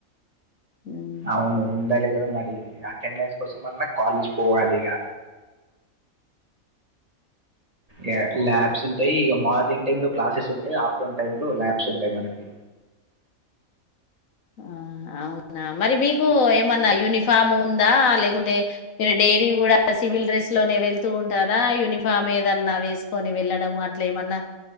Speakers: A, on the left; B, on the right.
A: హ్మ్.
B: అవును ఉండాలి కదా మరి అటెండెన్స్ కోసం అన్నా కాలేజ్ పోవాలి ఇక ఇ ల్యాబ్స్ ఉంటాయి ఇక మార్నింగ్ టైమ్ లో క్లాసెస్ ఉంటాయి ఆఫ్టర్నూన్ టై లో ల్యాబ్స్ ఉంటాయి మనకి
A: ఆ అవున మరి మీకు ఏమన్నా యూనిఫామ్ ఉందా లేకుంటే మీ డైరీ కూడా సివిల్ డ్రెస్ లో పెడుతూ ఉంటారా యూనిఫామ్ ఏదన్నా వేసుకొని వెళ్ళడం అట్లా ఏమన్నా